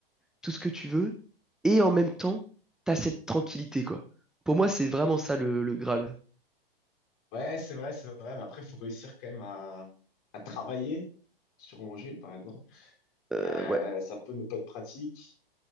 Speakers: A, in the centre; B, on the left.
A: tout ce que tu veux. Et en même temps, t'as cette tranquillité, quoi. Pour moi, c'est vraiment ça le, le Graal.
B: ouais, c'est vrai, c'est vrai. Mais après, il faut réussir quand même à, à travailler sur Angers, par exemple.
A: Euh,
B: Euh,
A: ouais.
B: ça peut ne pas être pratique.